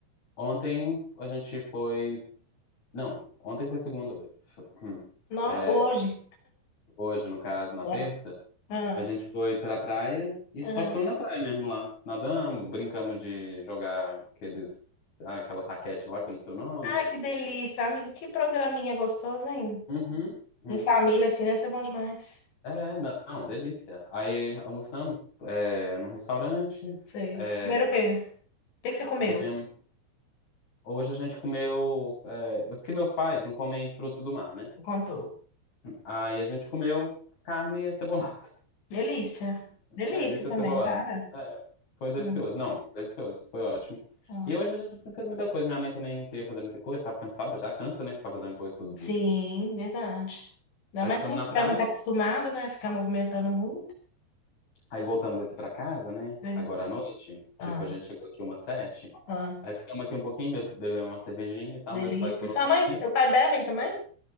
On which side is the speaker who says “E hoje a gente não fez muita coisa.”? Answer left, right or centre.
Left